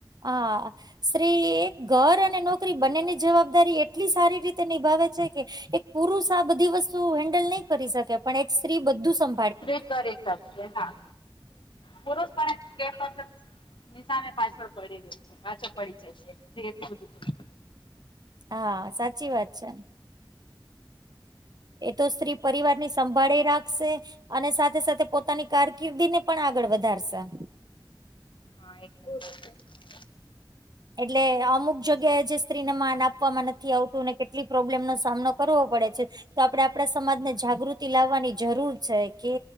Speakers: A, on the right; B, on the left.
A: હા સ્ત્રી એ ઘર અને નોકરી બંનેની જવાબદારી એ ટલી સારી રીતે નિભાવે છે કે એક પુરુષ આ બધી વસ્તુઓ હેન્ડલ નહી કરી શકે પણ એક સ્ત્રી બધું સમ
B: સ્ત્રી કરી શકશે હા પુરુષ પણ <inaudible> નિશાને પાછળ પડી રે છે પાછો પડી જાય છે તે એટલું બધું
A: હા સાચી વાત છે. એ તો સ્ત્રી પરિવારની સંભાળે રાખશે અને સાથે-સાથે પોતાની કારકિર્દી ને પણ આગળ વધારશે.
B: હા <inaudible>
A: એટલે અમુક જગ્યાએ જે સ્ત્રીને માન આપવામાં નથી આવતું અને કેટલીક પ્રોબ્લેમ નો સામનો કરવો પડે છે. તો આપણે આપણા સમાજને જાગૃતિ લાવવાની જરૂર છે કે